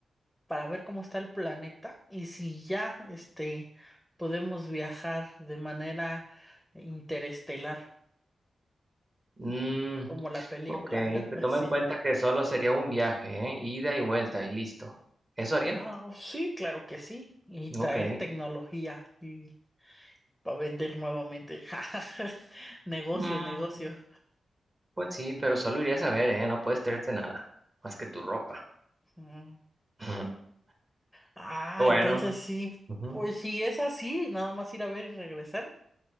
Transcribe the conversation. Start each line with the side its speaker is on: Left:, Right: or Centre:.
Centre: para ver cómo está el planeta y si ya este podemos viajar de manera interestelar,
Right: Mm,
Centre: como la película.
Right: ok,
Centre: <laughs>
Right: pero
Centre: Así.
Right: toma en cuenta que solo sería un viaje, ¿eh? Ida y vuelta y listo. ¿Eso haría?
Centre: Ah, oh, sí, claro que sí. Y traer
Right: Ok.
Centre: tecnología y para vender nuevamente. <laughs> Negocio,
Right: Mm,
Centre: negocio.
Right: pues sí, pero solo irías a ver, ¿eh? No puedes traerte nada, más que tu ropa.
Centre: Mm.
Right: <laughs>
Centre: Ah,
Right: Bueno.
Centre: entonces sí,
Right: Ujú.
Centre: pues si es así, nada más ir a ver y regresar.